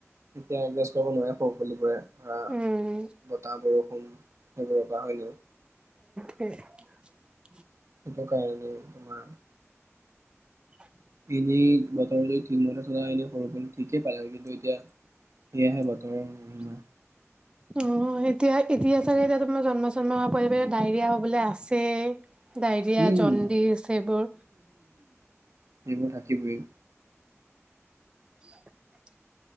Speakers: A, on the right (about 75°); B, on the right (about 20°).
A: এতিয়া এদজাছ কৰিব নোৱাৰে স <unintelligible> ধৰা
B: উম
A: বতাহ-বৰষুণ, সেইবোৰৰ পৰা হয় নাই?
B: <unintelligible>
A: সেইটোকাৰণে। তোমাৰ
B: <inaudible>
A: ইনেই বতৰ যদি ঠিক মতে থকা হ'লে <unintelligible> ঠিকে পালে হয়, কিন্তু এত তিয়া, সেয়াহে বতৰৰ মহিমা।
B: অ', এতিয়া-এতিয়া চাগে এতিয়া তোমাৰ জন্ম চন্ম হোৱাৰ পৰা ডায়েৰিয়া হ'বলৈ আছেই। ডায়েৰিয়া,
A: উম
B: জণ্ডিছ সেইবোৰ
A: সেইবোৰ থাকিবই।
B: <inaudible>